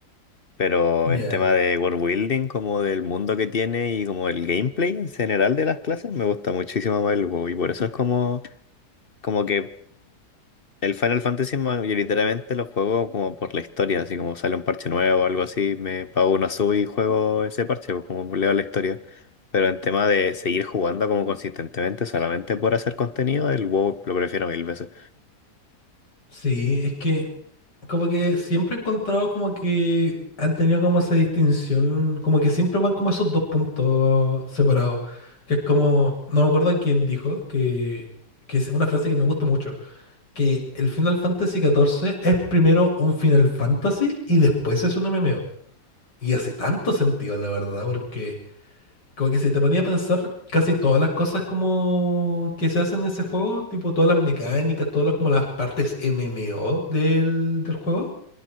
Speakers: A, on the left; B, on the left.
A: Pero
B: Ya,
A: en tema de world building, como del mundo que tiene y como el gameplay en general de las clases, me gusta muchísimo más el juego y por eso es como, como que el Final Fantasy mayoritariamente lo juego como por la historia, así como sale un parche nuevo o algo así, me pago una sub y juego ese parche, pues como leo la historia. Pero en tema de seguir jugando como consistentemente solamente por hacer contenido, el WoW lo prefiero mil veces.
B: Sí, es que como que siempre he encontrado como que han tenido como esa distinción, como que siempre van como esos dos puntos separados, que es como, no me acuerdo quién dijo, que, que es una frase que me gusta mucho, que el Final Fantasy XIV es primero un Final Fantasy y después es un MMO. Y hace tanto sentido, la verdad, porque como que si te ponía a pensar casi todas las cosas como que se hacen en ese juego, tipo todas las mecánicas, todas las, como las partes MMO del, del juego,